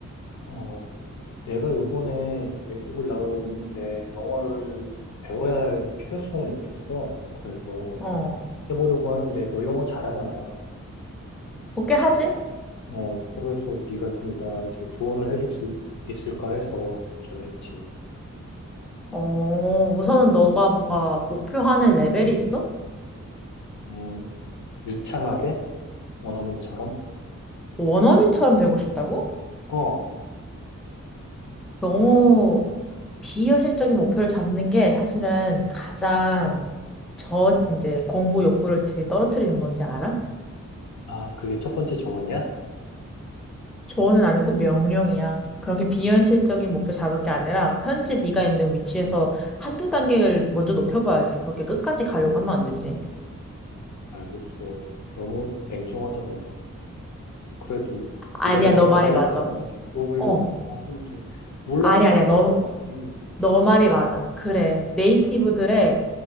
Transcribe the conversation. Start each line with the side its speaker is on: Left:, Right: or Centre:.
Left: 어, 내가 요번에 외국을 나가게 됐는데, 영어를 배워야 할 필요성을 느꼈어. 그래서
Centre: 어,
Left: 해보려고 하는데, 너 영어 잘하잖아.
Centre: 어떻게 하지?
Left: 어, 그래서 네가 좀 나한테 조언을 해줄 수 있을까 해서 전화했지.
Centre: 어, 우선은 너가 뭔가 목표하는 레벨이 있어?
Left: 음, 유창하게? 원어민처럼?
Centre: 뭐 원어민처럼 되고 싶다고?
Left: 어,
Centre: 너무 비현실적인 목표를 잡는 게 사실은 가장 저 이제 공부 욕구를 제일 떨어뜨리는 건지 알아?
Left: 아, 그게 첫 번째 조언이야?
Centre: 조언은 아니고 명령이야. 그렇게 비현실적인 목표 잡을 게 아니라 현재 네가
Left: 음,
Centre: 있는 위치에서 한두 단계를 먼저 높여봐야지. 그렇게 끝까지 가려고 하면 안 되지.
Left: 알겠어. 너무 냉정하다, 너. 그래도
Centre: 아니야,
Left: 네가 영어
Centre: 너
Left: 잘하니까
Centre: 말이 맞아.
Left: 너한테 물어보려고
Centre: 어,
Left: 한 건데, 몰라서
Centre: 아니야,
Left: 그럴
Centre: 아니야. 너,
Left: 수도 있지.
Centre: 너 말이 맞아. 그래. 네이티브들의,